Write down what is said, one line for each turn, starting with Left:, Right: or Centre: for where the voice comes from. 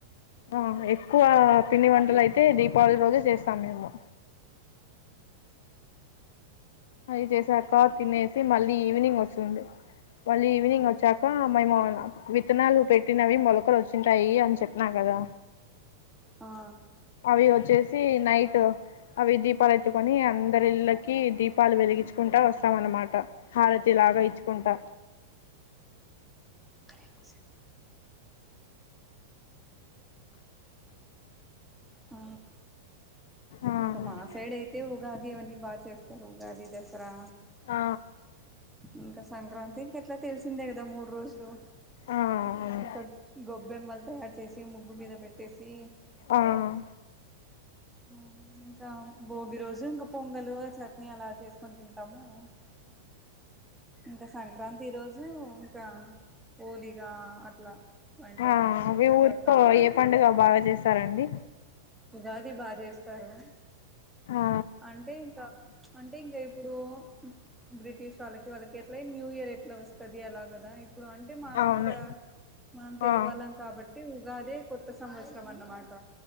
Left: ఆ ఎక్కువ పిండి వంటలు అయితే దీపావళి రోజు చేస్తాము మేము. అది చేసాక తినేసి మళ్ళీ ఈవినింగ్ వస్తుంది. మళ్ళీ ఈవినింగ్ వచ్చాక మేము విత్తనాలు పెట్టినవి మొలకలు వచ్చింటాయి అని చెప్పిన గదా?
Centre: ఆ
Left: అవి వచ్చేసి నైట్ అవి దీపాలెత్తుకొని అందరి ఇళ్ళకి దీపాలు వెలిగించుకుంటా వస్తాం అన్నమాట. హారతిలాగ ఇచ్చుకుంటా.
Centre: ఎక్కువసేపు ఆ!
Left: ఆ
Centre: ఇంక మా సైడ్ అయితే ఉగాది అవన్నీ బాగా చేస్త. ఉగాది, దసరా.
Left: ఆ!
Centre: ఇంక సంక్రాంతి ఇంక ఎట్లా తెలిసిందే కదా! మూడు రోజులు.
Left: ఆ ఆ
Centre: ఇంక గొబ్బెమ్మళ్! తయార్ చేసి, ముగ్గు మీద పెట్టేసి.
Left: హ్మ్!
Centre: ఊ ఇంకా! భోగి రోజు ఇంకా పొంగలు చట్నీ అలా చేసుకొని తింటాము. ఆఓ <unintelligible> ఇంకా సంక్రాంతి రోజు ఇంకా ఓలిగా అట్లా. అంటాం
Left: ఆ ఆ
Centre: రకరకాలుగా
Left: ఊరిలో ఏ పండుగ బాగా చేస్తారండి.
Centre: ఉగాది బా చేస్తారు.
Left: ఆ
Centre: అంటే ఇంకా అంటే ఇంకా ఎప్ ఇప్పుడు బ్రిటిష్ వాళ్ళకి వాళ్ళకి ఎట్లా న్యూ ఇయర్ ఎ. ఇట్లా వస్తాది అలాగదా, ఇప్పుడు అంటే మాకు
Left: అవును
Centre: ఇక మనం తెలుగు
Left: ఆ
Centre: వాళ్ళం కాబట్టి. అ కాద <unintelligible> కొత్త సంవత్సరం అన్నమాట.